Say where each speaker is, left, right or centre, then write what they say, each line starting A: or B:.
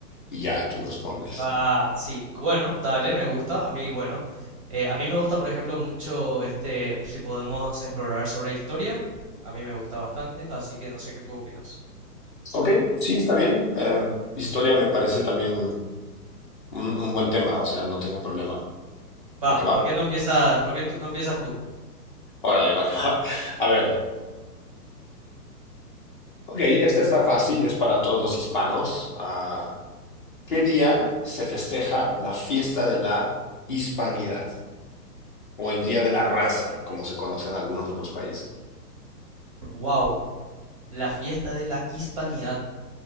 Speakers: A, on the left; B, on the right.
A: Y ya tú respondes.
B: Ah, sí, bueno, dale, me gusta. A mí, bueno, eh, a mí me gusta, por ejemplo, mucho, este, si podemos explorar sobre historia, a mí me gusta bastante, así que no sé qué tú opinas.
A: Ok, sí, está bien. Eh, historia me parece también un, un buen tema, o sea, no tengo problema.
B: Va,
A: ¿Va que
B: ¿por
A: va?
B: qué no empiezas, por qué tú- no empiezas tú?
A: Órale, va que va. <laughs> A ver, Ok, esta está fácil, es para todos los hispanos. Ah, ¿qué día se festeja la fiesta de la hispanidad o el Día de la Raza, como se conoce en algunos otros países?
B: Wow, la fiesta de la hispanidad.